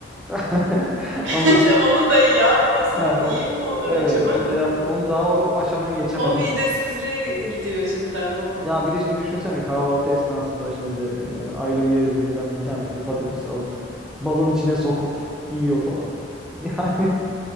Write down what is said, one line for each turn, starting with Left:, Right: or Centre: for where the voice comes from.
Centre: <laughs>
Right: <laughs>
Centre: Ama
Right: Onu da yapmasan
Centre: ha, o-
Right: iyi mi
Centre: o-
Right: olur
Centre: evet
Right: acaba?
Centre: onu da
Right: <laughs>
Centre: yap. Onu daha o, o aşamaya geçemedim.
Right: O midesizliğe gidiyor cidden. O
Centre: Ya bir de şimdi düşünsene kahvaltı esnasında şimdi e, aile üyelerinden bir tanesi patates alıp balın içine sokup yiyor falan. <laughs> Yani